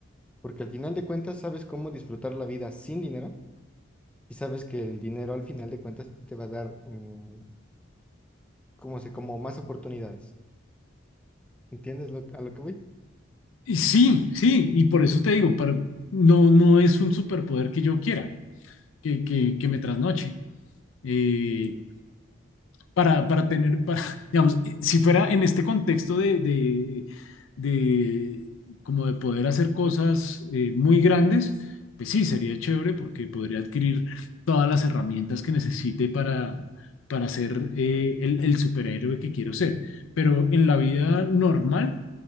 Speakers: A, in the centre; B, on the left.
A: porque al final de cuentas sabes cómo disfrutar la vida sin dinero y sabes que el dinero al final de cuentas te va a dar mm, como se, como más oportunidades. ¿Entiendes lo- a lo que voy?
B: Y sí, sí, y por eso te digo, para- no, no es un superpoder que yo quiera, que, que, que me trasnoche. Eh, para, para tener, para, <laughs> digamos, eh, si fuera en este contexto de, de, de como de poder hacer cosas eh, muy grandes, pues sí, sería chévere porque podría adquirir todas las herramientas que necesite para, para ser eh, el, el superhéroe que quiero ser. Pero en la vida normal,